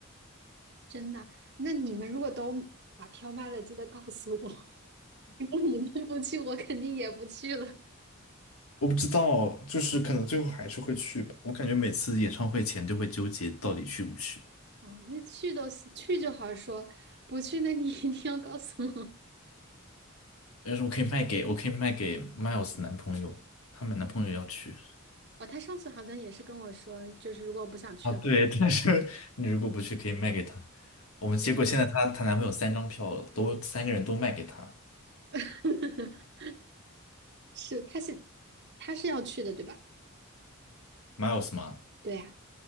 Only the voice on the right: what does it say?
真的？那你们如果都把票卖了，记得告诉我。<laughs> 如果你们不去，我肯定也不去了。
哦，那去都行去就好说，不去那你一定要告诉我。
哦，他上次好像也是跟我说，就是如果我不想去的话。
对，
<laughs> 是，他是他是要去的，对吧？
对呀，